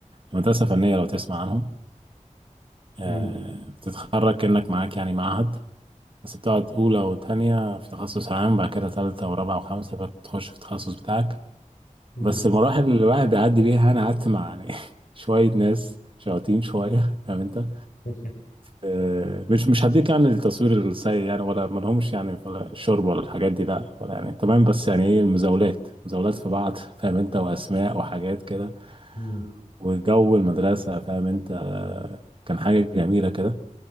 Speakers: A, on the right (about 40°); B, on the left (about 85°).
A: مدرسه فنيه لو تسمع عنهم آه،
B: مم.
A: بتتخرج كانك معاك يعني معهد بس بتقعد اولى وتانية في تخصص عام بعد كده تالتة ورابعة وخمسة بتخش في التخصص بتاعك
B: مم.
A: بس المراحل اللي الواحد بيعدي بيها انا قعدت مع يعني <laughs> شويه ناس شياطين شويه فاهم انت
B: <laughs>
A: آه، مش مش هديك يعني التصوير السيء يعني ولا ما لهمش يعني ولا الشرب ولا الحاجات دي لا ولا يعني تمام بس يعني ايه المزاولات مزاولات في بعض فاهم انت واسماء وحاجات كده
B: مم.
A: وجو المدرسه فاهم انت آه، كان حاجه جميله كده